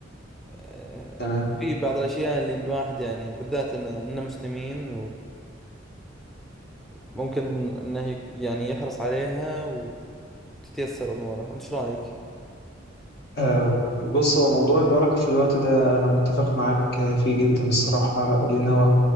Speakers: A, in the centre; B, on the left.
A: آه،
B: تمام
A: في بعض الأشياء اللي الواحد يعني بالذات إن إننا مسلمين وممكن إنه ي- يعني يحرص عليها وتتيسر أموره وإنت شو رأيك؟
B: آه بص هو موضوع البركة في الوقت ده أنا متفق معاك آه، فيه جدا الصراحة لأن هو